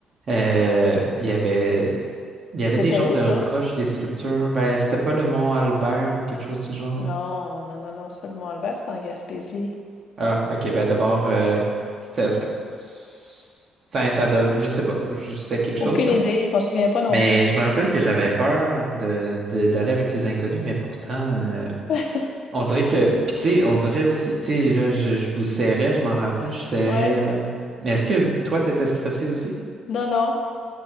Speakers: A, on the right (about 40°); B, on the left (about 60°).
A: Euh, il y avait, il y avait
B: C'était
A: des genres
B: où
A: de
B: ça?
A: roches, des sculptures. Ben, c'était pas le mont Albert ou quelque chose du genre.
B: Non, non, non, non, ça, le Mont-Alban, c'était en Gaspésie.
A: Ah, ok. Ben d'abord, euh, c'était en tout cas Saint-Adolphe. Je sais pas, je- c'était quelque chose
B: Aucune
A: là.
B: idée, je m'en souviens pas non
A: Mais
B: plus.
A: je me rappelle que j'avais peur de, de- d'aller avec les inconnus, mais pourtant, euh,
B: <laughs>
A: on dirait que. Puis tu sais, on dirait aussi, tu sais, là, je, je vous serrais, je m'en rappelais, je serrais,
B: Ouais,
A: là. Mais est-ce que v- toi, t'étais stressé aussi?
B: non, non.